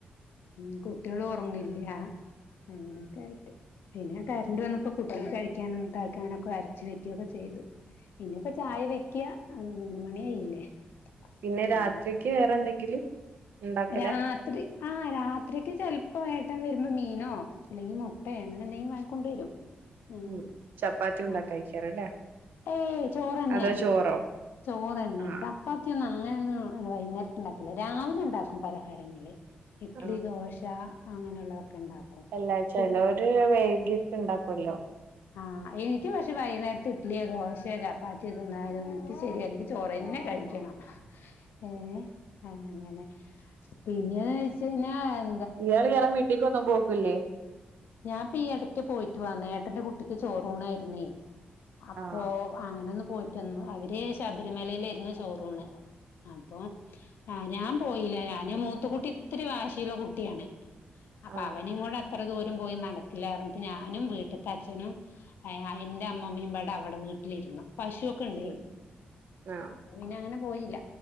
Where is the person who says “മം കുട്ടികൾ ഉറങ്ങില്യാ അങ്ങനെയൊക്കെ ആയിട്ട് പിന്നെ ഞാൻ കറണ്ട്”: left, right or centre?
Left